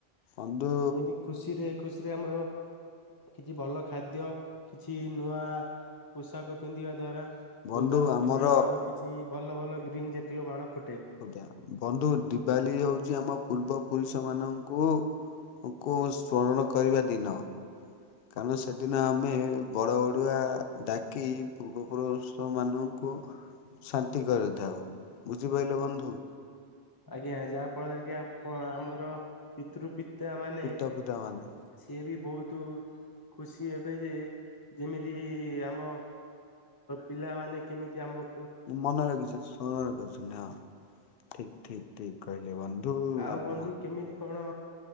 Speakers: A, on the left; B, on the left.
A: ବନ୍ଧୁ
B: ଏମିତି ଖୁସିରେ, ଖୁସି। ଆମର, କିଛି ଭଲ ଖାଦ୍ୟ। କିଛି ନୂଆ। ପୋଷାକ ପିନ୍ଧିବା ଦ୍ଵାରା
A: ବନ୍ଧୁ
B: ବହୁତ ଆମେ
A: ଆମର
B: ଖୁସି ହବ ଆଉ କିଛି ଭଲ ଭଲ ଭଲ ଗ୍ରୀନ୍ ଯେତିକ ବାଣ ଫୁ
A: ହଉଟା ବନ୍ଧୁ ଦିିବାଲି ହଉଛି ଆମ ପୂର୍ବ ପୁରୁଷ ମାନଙ୍କୁ କୁ ସ୍ମରଣ କରିବା ଦିନ କାରଣ ସେଦିନ ଆମେ ବଡ ଓଡିୁଆ ଡାକି ପୂର୍ବ ପୁରୁଷ ମାନଙ୍କୁ ଶାନ୍ତି କରିଥାଉ ବୁଝିପାରିଲ ବନ୍ଧୁ
B: ଆଜ୍ଞା ଯାହା ଫଳରେ କି ଆ ଆମର ପିତୃ ପିତା ମାନେ
A: ପିତା ପିତା ମାନେ
B: ସିଏ ବି ବହୁତ ଖୁସି ଏବେ ଯେ ଯେମିତି ଆମ ପିଲାମାନେ କେମିତି ଆମ
A: ମନେ ରଖିଛ ସ୍ମରଣ କରିଛନ୍ତି ଠିକ ଠିକ କହିିଲେ ବନ୍ଧୁ
B: ଆଉ
A: ଆପଣ
B: ବନ୍ଧୁ କେମିତି କଣ